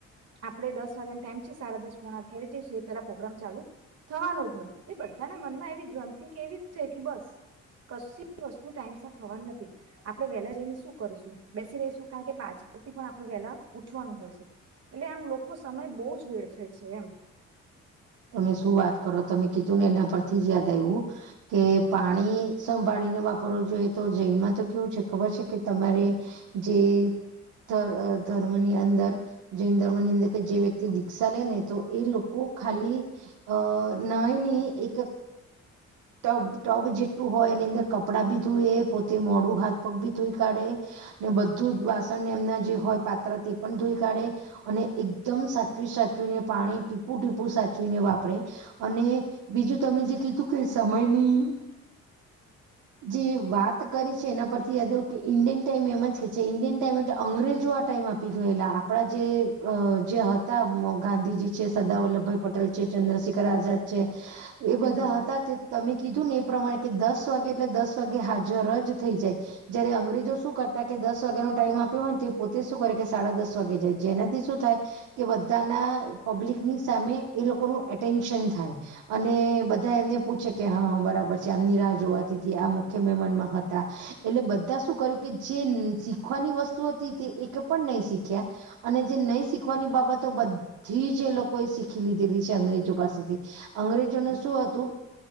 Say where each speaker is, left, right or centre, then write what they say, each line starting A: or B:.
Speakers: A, on the right; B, on the right.
A: આપડે દસ વાગ્યાને ટાઈમ છે સાડા દસ પોણા અગિયારે જઈશું એ પેલા પ્રગ્રામ ચાલુ થવાનું જ નથી એ બધાના મનમાં એવી ગ્રંથિ કે એવી જ છે કે બસ. કશી વસ્તુ ટાઈમ સર થવાની નથી. આપણે વહેલા જઈને શું કરીશું બેસી રહીશું કારણ કે પાછળથી પણ આપણે વહેલા ઉઠવાનું હોય છે. એટલે આમ લોકો સમય બહુ જ વેડફે છે એમ.
B: તમે શું વાત કરો તમે કીધું ને એના પરથી જ યાદ આવ્યું કે પાણી સંભાળી ને વાપરવો જોઈએ તો જૈનમાં તો કેવું છે ખબર છે કે તમારે જે ધ ધર્મની અંદર જૈન ધર્મની અંદર કે જે વ્યક્તિ દીક્ષા લે ને તો એ લોકો ખાલી અ નાની એક ટબ ટબ જેટલું હોય એની અંદર કપડાં બી ધોએ પોતે મોડું હાથ પગ ભી ધોઈ કાઢે અને બધું જ વાસણને એમના જે હોય પાત્ર તે પણ ધોઈ કાઢે અને એકદમ સાચવી સાચવી ને પાણી ટીપુ-ટીપ પુ સાચવીને વાપરે અને બીજું તમે જે કીધું કે સમયની જે વાત કરી છે એના પરથી યાદ આવું કે ઇન્ડિયન ટાઈમ એમ જ કે છે ઇન્ડિયન ટાઈમ એટલે અંગ્રેજો હતા ટાઈમ આપી ગયેલા આપડા જે અ જે હતા મ ગાંધીજી છે, સરદારવલ્લભ ભાઈ પટેલ છે, ચંદ્રશેખર આઝાદ છે
A: હમ
B: એ બધા હતા તમે કીધું ને એ પ્રમાણે કે દસ વાગે એટલે દસ વાગે હાજર જ થઈ જાય જયારે અંગ્રેજો
A: હમ
B: શું કરે કે દસ વાગ્યાનો ટાઈમ આપ્યો હોય ને પોતે શું કરે કે સાડા દસ વાગે જાય જેનાથી શું થાય કે બધાને ના પબ્લિકની સામે એ લોકો ન એટેન્શન થાય અને બધા એમને પૂછે કે હ બરાબર છે આમ જોવા મુખ મે મ હતા એટલે બધા શું કર્યું કે જેીખવાની વસ્તુ એક પણ નહી શીખ્યા અને જે નહી શીખવાની બાબતો બધી કોઈ શીખી લીધેલી છે અંગ્રેજો પાસેથી અંગ્રેજોનું શું હતું